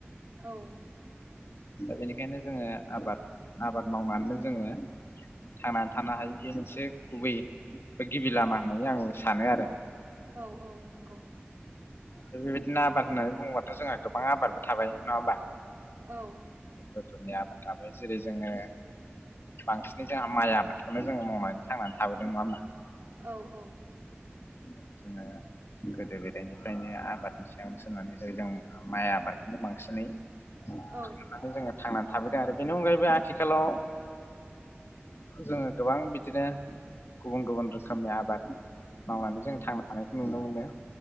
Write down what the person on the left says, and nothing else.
दा बेनिखायनो जोङो आबाद आबाद मावनानैनो जोङो थांनानै थानो हायि बे मोनसे गुबै बे गिबि लामा होननानै आं सानो आरो।
बेबायदिनो आबाद होननानै बुङोबाथ' जोंहा गोबां आबादबो थाबाय नङा होमबा?
बोथोरनि आबाद थाबाय जेरै जोङो बांसिनै जोंहा माइ आबादखौनो जोङो मावनानै थांनानै थाबोदों नङा होमबा?
जोंहा गोदो गोदायनि बेफ्रायनो आबादनि सायावनो सोनानै जों माइ आबादखौनो बांसिनै <unintelligible>
जोंङो थांनानै थाबोदों आरो बेनि अनगायैबो आथिखालाव जोङो गोबां बिदिनो गुबुन गुबुन रोखोमनि आबाद मावनानै जों थांना थानायखौ नुनो मोनो।